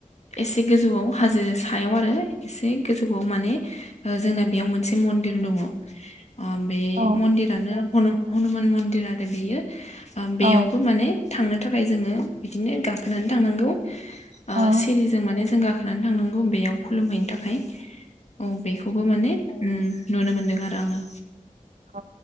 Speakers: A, on the left; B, on the right.
A: एसे गोजौआव हाजो सायाव आरो एसे गोजौवाव माने जोंना बेयाव मोनसे मन्दिर दङ ओ बे
B: औ
A: मन्दिरानो हनुमान मन्दिर आरो बेयो ओ
B: औ
A: बेयावबो माने थांनो थाखाय जोङो बिदिनो गा गाखोनानै थांनांगौ ओ
B: औ
A: सिरिजों माने जों गाखोनानै थांनांगौ बेयाव खुलुमहैनो थाखाय औ बेखौबो माने नुनो मोनदों आरो आङो
B: औ